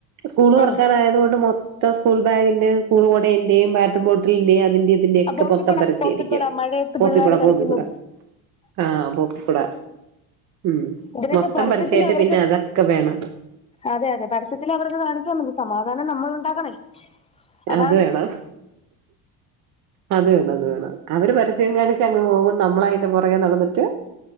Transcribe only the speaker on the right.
സ്കൂള് തൊറക്കാനായത്
കൊണ്ട് മൊ ത്തം സ്കൂൾ ബാഗിന്റെ സ്കൂൾ കുടന്റെയും വാട്ടർ ബോട്ടിലിന്റെയും അതിന്റെ ഇതിന്റെയഒക്കെ
പൊത്തം പരസ്യം
ആരിക്കും
പോപ്പിക്കുടപോപ്പിക്കുട
ആഹ് പോപ്പിക്കൂട ഉം
മൊത്തം
പരസ്യായിട്ട്
പിന്നെ അതൊക്കെ വേണം
അത് വേണം അത് വേണം അത് വേണം അവര് പരസ്യം കാണി ച്ചങ്ങ് പോവും നമ്മളയിന്റെ പുറകെ നടന്നിട്ട്